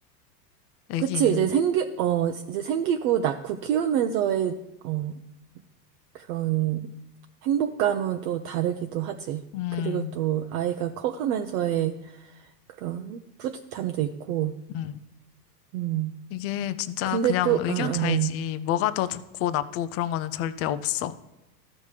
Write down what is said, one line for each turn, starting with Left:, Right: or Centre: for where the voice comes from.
Left: 애기
Right: 그치,
Left: 있는.
Right: 이제 생기, 어, 이제 생기고 낳고 키우면서의, 어, 그런 행복감은 또 다르기도 하지.
Left: 음,
Right: 그리고 또 아이가 커가면서의 그런 뿌듯함도 있고,
Left: 음.
Right: 음.
Left: 이게 진짜
Right: 근데
Left: 그냥
Right: 또,
Left: 의견
Right: 아,
Left: 차이지.
Right: 어,
Left: 뭐가 더 좋고 나쁘고 그런 거는 절대 없어.